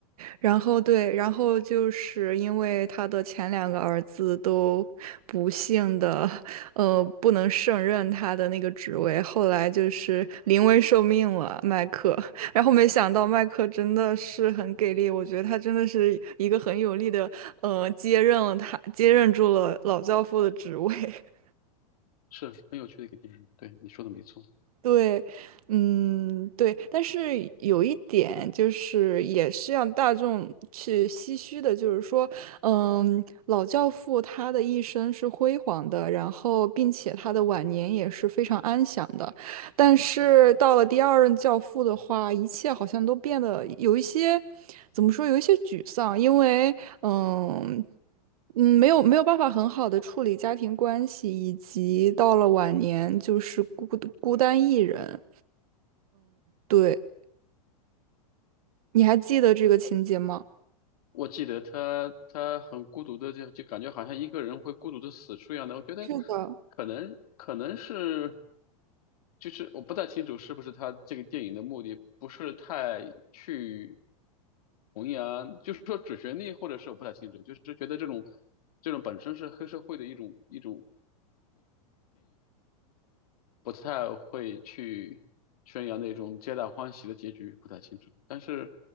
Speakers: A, on the right; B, on the left.
A: 然后对，然后就是因为他的前两个儿子都不幸的，呃，不能胜任他的那个职位，后来就是临危受命了，麦克。<laughs> 然后没想到麦克真的是很给力，我觉得他真的是一个很有力的，呃，接任了他，接任住了老教父的职位。<laughs>
B: 是很有趣的一个电影，对，你说的没错。
A: 对，嗯，对，但是有一点就是，也是让大众去唏嘘的，就是说，嗯，老教父他的一生是辉煌的，然后并且他的晚年也是非常安详的，但是到了第二任教父的话，一切好像都变得有一些，怎么说，有一些沮丧，因为。嗯嗯，没有没有办法很好的处理家庭关系，以及到了晚年就是孤孤单一人。对，你还记得这个情节吗？
B: 我记得他他很孤独的，就就感觉好像一个人会孤独的死去一样的。我觉得
A: 是的，
B: 可能可能是，就是我不太清楚是不是他这个电影的目的不是太去弘扬，就是说主旋律，或者是我不太清楚，就是觉得这种这种本身是黑社会的一种一种。不太会去宣扬那种皆大欢喜的结局，不太清楚。但是，